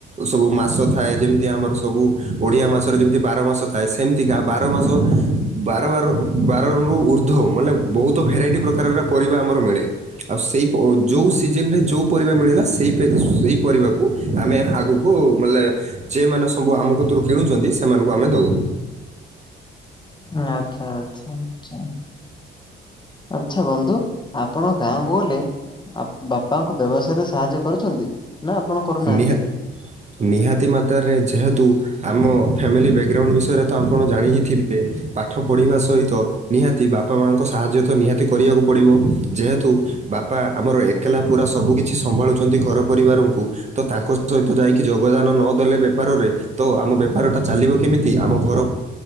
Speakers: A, on the right; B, on the left.
A: ସବୁ ମାସ ଥାଏ ଯେମତି ଆମର ସବୁ ଓଡିଆ ମାସରେ ଯେମିତି ବାର ମାସ ଥାଏ ସେମିତିକା ବାର ମାସ ବାର ବାର ବାରରୁ ଉର୍ଦ୍ଧ୍ୱ ମାନେ ବହୁତ ଭେରାଇଟି ପ୍ରକାରର ପରିବା ଆମର ମିଳେ। ଆଉ ସେଇ ଯୋଉ
B: ହୁଁ
A: ସିଜନରେ ଯୋଉ ପରିବା ମିଳିଲା ସେ ସେହି ପରିବାକୁ ଆମେ ଆଗକୁ ମାଲେ ଯେମାନେ ସବୁ ଆମ କତିରୁ କିଣୁଛନ୍ତି ସେମାନଙ୍କୁ ଆମେ ଦଉ।
B: ଆଚ୍ଛା ଆଚ୍ଛା ଆଛା। ଆଚ୍ଛା ବନ୍ଧୁ ଆପଣ ଗାଁକୁ ଗଲେ ବାପାଙ୍କୁ ବ୍ୟବସାୟ ରେ ସାହାଯ୍ୟ କରୁଛନ୍ତି ନା ଆପଣ କରୁନାହାନ୍ତି?
A: ନିହା ନିହାତି ମାତ୍ରାରେ ଯେହେତୁ ଆମ ଫାମିଲି ବ୍ୟାକଗ୍ରାଉଣ୍ଡ ବିଷୟରେ ତ ଆପଣ ଜାଣିି ଥିବେ। ପାଠ ପଢ଼ିବା ସହିତ ନିହାତି ବାପା ମାଆଙ୍କୁ ସାହାଯ୍ୟ ତ ନିହାତି କରିବାକୁ ପଡ଼ିବ। ଯେହେତୁ ବାପା ଆମର ଏକଲା ପୁରା ସବୁ କିିଛି ସମ୍ଭାଳୁଛନ୍ତି ଘର ପରିବାରଙ୍କୁ ତ ତାଙ୍କ ସହିତ ଯାଇକି ଯୋଗଦାନ ନ ଦେଲେ ବେପାରରେ ତ ଆମ ବେପାର ଟା ଚାଲିବ କେମିତି? ଆମ ଘର